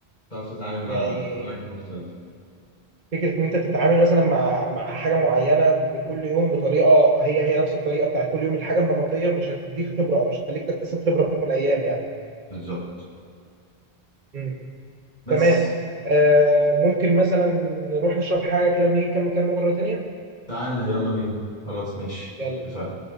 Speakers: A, on the left (about 45°); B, on the right (about 45°).
A: تعرف تتعامل مع
B: يعني
A: اماكن مختلفة
B: فكره ان انت تتعامل مثلا مع مع حاجه معينه بكل يوم بطريقه هي هي نفس الطريقه بتاعت كل يوم الحاجه النمطيه مش هتديك خبره او مش هتخليك تكتسب خبره في يوم من الايام يعني
A: بالظبط
B: مم.
A: بس
B: تمام آه ممكن مثلا نروح نشرب حاجة كده ونيجي نكمل كلامنا مرة تانية
A: تعال يلا بينا خلاص ماشي
B: يلا
A: اتفقنا